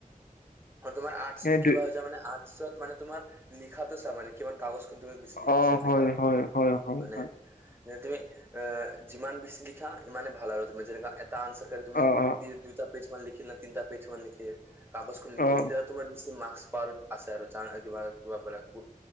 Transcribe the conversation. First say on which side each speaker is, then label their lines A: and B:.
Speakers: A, on the right; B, on the left.
A: অ, তোমাৰ আৰ্টছ
B: সেই
A: ত কিবা
B: দুই
A: হৈ। অৰ্চত মানে তোমাৰ লিখাতেছা মান কিমান কাগজখন তুমি। লিখিছে
B: অ
A: এনেকা
B: হয় হয় হয় হয়
A: মানে।
B: হয়
A: যে তুমি আহ, যিমান বেছি লিখা ইমানে ভাল আৰু তুমি যেনো এটা আনচাৰ তুমি।
B: অ অ
A: দুটা পেজ মান লিখিল ন তিনিটা পেজ মান লিখিল কাগজখন লিখিল
B: অ
A: তেতিয়া তোমাৰ বেছি মাৰ্ক্স, পাৰ আছে আৰু কিবা-কিবাক